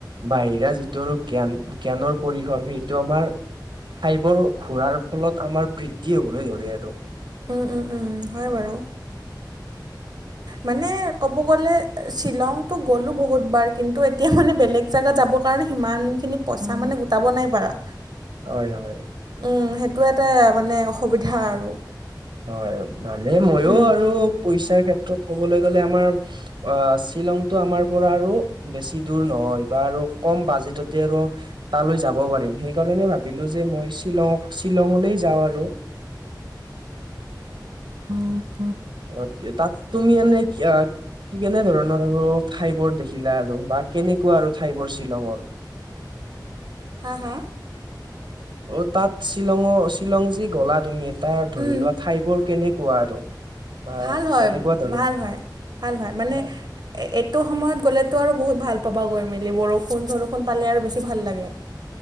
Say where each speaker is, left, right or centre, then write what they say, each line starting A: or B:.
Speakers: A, on the right; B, on the right.
A: বাহিৰা টো আৰু জ্ঞান জ্ঞানৰ পৰিসৰ সেইটো আমাৰ ঠাইবোৰ ঘূৰাৰ ফলত আমাৰ বৃদ্ধি হ'বলৈ ধৰে আৰু
B: উম উম উম হয় বাৰু মানে ক'ব গ'লে শ্বিলংটো গ'লোঁ বহুতবাৰ কিন্তু এতিয়া মানে বেলেগ জেগাত যাবৰ কাৰণে সিমানখিনি পইচা মানে গোটাব নাই পাৰা
A: হয় হয়
B: উম সেইটো এটা মানে অসুবিধা আৰু
A: হয় ভালে ময়ো
B: উম।
A: আৰু পইচাৰ ক্ষেত্ৰত ক'বলৈ গ'লে আমাৰ অ শ্বিলংতটো আমাৰ পৰা আৰু বেছি দূৰ নহয় বা আৰু কম বাজেটতে আৰু তালৈ যাব পাৰিম সেইকাৰণে ভাবিলো যে মই শ্বিলং শ্বিলঙলৈ যাওঁ আৰু
B: অ
A: অ তাত তুমি এনে কি কি কেনে ধৰণৰ আৰু ঠাই বোৰ দেখিলা আৰু বা কেনেকুৱা আৰু ঠাই বোৰ শ্বিলঙৰ
B: হা হা
A: অ তাত শ্বিলঙৰ শ্বিলং যি গলা তুমি তাৰ ধৰি
B: উম
A: লোৱা ঠাইবোৰ কেনেকুৱা আৰু বা কেনেকুৱা
B: ভাল হয়
A: ধৰ
B: ভাল হয় ভাল ভাল মানে
A: অ
B: এইটো সময়ত গ'লেতো আৰু বহুত ভাল পাবা গৈ মেলি বৰষুণ চৰষুণ পালে আৰু বেছি ভাল লাগে